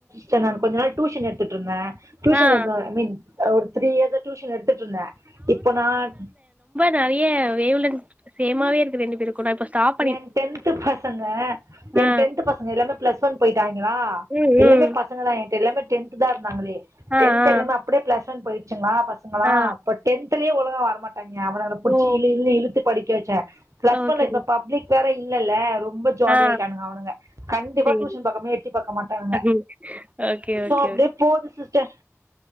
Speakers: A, on the right (about 75°); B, on the right (about 25°).
A: சர் நா கொஞ்சோ நாள் டியூஷன் எடுத்துட்ருந்த டியூஷன்
B: ஆ
A: எடுத்துட் ஐ மீன் ஒரு த்ரீ இயர்ஸா டியூஷன் எடுத்துட்டு இருந்த இப்ப நான்
B: நெறய வேவ் லென்த் சேமாவே இருக்கு ரெண்டு பேருக்கு கொஞ் நேரத்துல சாப்ட்
A: என் டென்த்து பசங்க என்
B: ஆ
A: டென்த்து பசங்க எல்லாமே பிளஸ் ஒன் போயிட்டாய்ங்களா
B: ம்
A: எல்லாமே
B: ம்
A: பசங்கதா என்ட்ட எல்லாமே டென்த்துதா இருந்தாங்களே
B: ஆ
A: டென்த்
B: ஆ
A: எல்லாமே அப்டியே பிளஸ் ஒன் போயிடுச்சுங்களா பச சங்களா
B: ஆ
A: அப்ப டென்த்லே ஒழுங்கா வர மாட் டாய்ங்க அவனுகள புடிச்ச
B: ஓ
A: இழு இழுன்னு இழுத்து படிக்க வச்சே பிளஸ்
B: ஓகே
A: ஒன்ல இப்ப பப்ளிக் வேற இல்லல்லே ரொம் ரொம்ப ஜாலி
B: ஆ
A: ஆயிட்டானுங்க அவனுங்க கண்டிப்பா
B: சேரி
A: டியூஷன் பக்கமே எட்டி பாக்க மாட்டானுங்க
B: ஓகே ஓகே
A: சோ
B: ஓகே
A: அப்டியே போது சிஸ்டர்